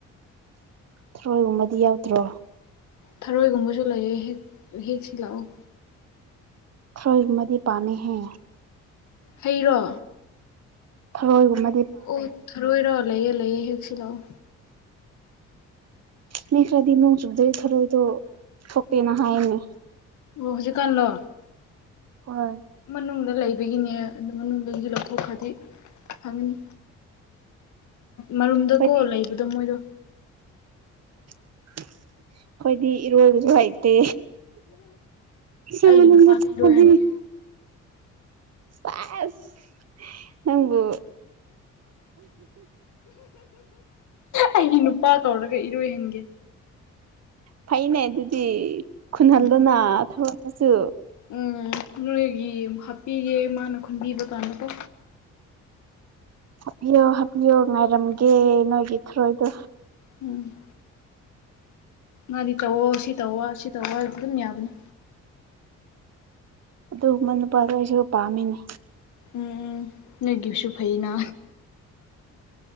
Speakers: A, on the right; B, on the left.
A: ꯊ꯭ꯔꯣꯏꯒꯨꯝꯕꯗꯤ ꯌꯥꯎꯗ꯭ꯔꯣ
B: ꯊꯔꯣꯏꯒꯨꯝꯕꯁꯨ ꯂꯩꯑ ꯍꯦꯛ ꯍꯦꯛꯁꯤ ꯂꯥꯛꯑꯣ
A: ꯊ꯭ꯔꯣꯏ ꯍꯃꯗꯤ ꯄꯥꯝꯃꯤ ꯍꯦ
B: ꯍꯩꯔꯣ
A: ꯍꯣꯏ ꯃ
B: ꯑꯣ ꯊꯔꯣꯏꯔꯣ ꯂꯩꯌꯦ ꯂꯩꯌꯦ ꯍꯦꯛꯁꯤ ꯂꯥꯛꯑꯣ
A: ꯃꯤ ꯈ꯭ꯔꯗꯤ ꯅꯣꯡ ꯆꯨꯗꯩ ꯊꯔꯣꯏꯗꯣ ꯊꯣꯛꯣꯛꯇꯦꯅ ꯍꯥꯏꯔꯅꯤ
B: ꯑꯣꯖꯤ ꯀꯂꯣ
A: ꯍꯣꯏ
B: ꯃꯅ ꯃꯅꯨꯡꯗ ꯂꯩꯕꯒꯤꯅꯦ ꯑꯗꯨ ꯃꯅꯨꯡꯗꯒꯤꯁꯨ ꯂꯧꯊꯣꯛꯈ꯭ꯔꯗꯤ ꯍꯥꯏꯪꯅꯤ ꯃꯔꯨꯝꯗꯀꯣ
A: ꯈꯣꯏꯗꯤ
B: ꯂꯩꯕꯗꯣ ꯃꯣꯏꯗꯣ
A: ꯑꯩꯈꯣꯏꯗꯤ ꯏꯔꯣꯁꯨ ꯍꯩꯇꯦ ꯁꯤꯃꯅꯗꯗ
B: ꯑꯩꯒꯤ ꯅꯨꯄꯥꯗ ꯏꯔꯣꯏꯍꯟꯒꯦ
A: ꯄꯁ ꯅꯪꯕꯨ
B: ꯑꯩꯒꯤ ꯅꯨꯄꯥ ꯇꯧꯔꯒ ꯏꯔꯣꯏꯍꯟꯒꯦ
A: ꯐꯩꯅꯦ ꯑꯗꯨꯗꯤ ꯈꯨꯟꯍꯟꯗꯨꯅ
B: ꯎꯝ
A: ꯊꯂꯛꯒꯁꯨ
B: ꯎꯝ ꯅꯣꯔꯦꯒꯤꯨ ꯍꯥꯞꯄꯤꯒꯦ ꯃꯥꯅ ꯈꯨꯟꯕꯤꯕ ꯀꯥꯟꯗꯀꯣ
A: ꯍꯥꯞꯄꯤꯌꯣ ꯍꯥꯞꯄꯤꯌꯣ ꯉꯥꯏꯔꯝꯒꯦ ꯅꯣꯏꯒꯤ ꯊ꯭ꯔꯣꯏꯗꯣ
B: ꯎꯝ ꯃꯥꯗꯤ ꯇꯧꯑꯣ ꯁꯤ ꯇꯧꯑꯣ ꯁꯤ ꯇꯧꯑꯣꯗꯤ ꯑꯗꯨꯝ ꯌꯥꯕꯅꯤ
A: ꯑꯗꯨꯒꯨꯝꯃ ꯅꯨꯄꯥꯗꫭ ꯑꯩꯁꯨ ꯄꯥꯃꯤꯅꯦ
B: ꯎꯝ ꯎꯝ ꯅꯪꯒꯤꯁꯨ ꯐꯩꯅ